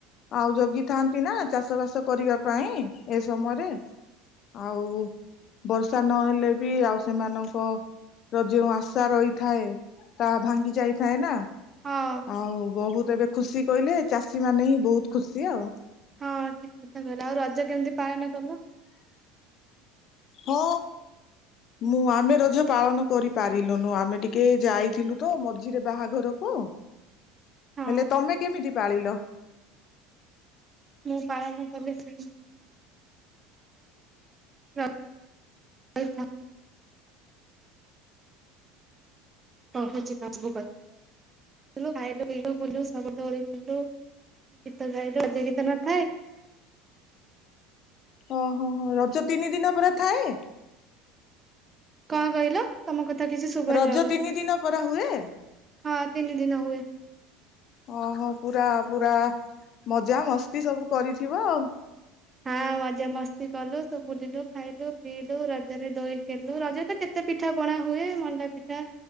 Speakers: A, on the left; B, on the right.
A: ଆଉ ଜଗିଥାନ୍ତି ନା ଚାଷ ବାସ କରିବା ପାଇଁ ଏ ସମୟରେ। ଆଉ ବର୍ଷା ନହେଲେ ବି ଆଉ ସେମାନଙ୍କର ଯେଉଁ ଆସ ଆଶା ରହିଥାଏ ତାହା ଭାଙ୍ଗି ଯାଇଥାଏ ନା
B: ହଁ
A: ଆଉ ବହୁତ୍ ଏବେ ଖୁସି କହିଲେ ଚାଷୀ ମାନେ ହିଁ ବହୁତ ଖୁସି ଆଉ।
B: ହଁ ଠିକ୍ କଥା କହିଲ ଆଉ ରଜ କେମିତି ପାଳନ କଲ?
A: ହଁ। ମୁଁ ଆମେ ରଜ ପାଳନ କରିପାରିଲୁନୁ ଆମେ ଟିକେ ଯାଇଥିଲୁ ତ ମଝିରେ ବାହାଘରକୁ
B: ହଁ
A: ହେଲେ ତମେ କେମିତି ପାଳିଲ?
B: ମୁଁ ପାଳନ କଲି ସେମି <unintelligible> କହୁଛି ସବୁ କଥା ଖାଇଲୁ, ପିଇଲୁ, ବୁଲିଲୁ ସବୁ <unintelligible> ଗୀତ ଗାଇଲୁ ରଜ ଗୀତ ନଥାଏ?
A: ଓହୋ ହୋ ରଜ ତିନି ଦିନ ପରା ଥାଏ?
B: କଣ କହିଲ ତମ କଥା କିଛି ଶୁଭା
A: ରଜ
B: ଯାଉନି?
A: ତିନି ଦିନ ପରା ହୁଏ
B: ହଁ ତିନି ଦିନ ହୁଏ।
A: ଓହୋ ପୁରା ପୁରା ମଜା ମସ୍ତି ସବୁ କରିଥିବ ଆଉ।
B: ହଁ। ମଜା ମସ୍ତି କଲୁ, ସବୁ ବୁଲିଲୁ, ଖାଇଲୁ, ପିଇଲୁ ରଜରେ ଦୋଳି ଖେଳିଲୁ ରଜ ତ କେତେ ପିଠା ପଣା ହୁଏ ମଣ୍ଡା ପିଠା,